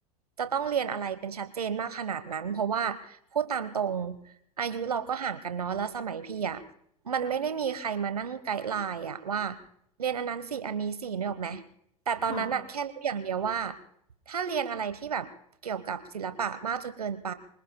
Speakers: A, on the right (about 85°); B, on the left (about 40°).
A: จะต้องเรียนอะไรเป็นชัดเจนมากขนาดนั้นเพราะว่าพูดตามตรงอายุเราก็ห่างกันเนาะแล้วสมัยพี่อ่ะมันไม่ได้มีใครมานั่งไกด์ไลน์อ่ะว่าเรียนอันนั้นสี่อันนี้สี่เนึกออกไหมแต่ตอนนั้นอ่ะแค่รู้อย่างเดียวว่า
B: ค่ะ
A: ถ้าเรียนอะไรที่แบบเกี่ยวกับศิลปะมากจนเกินไป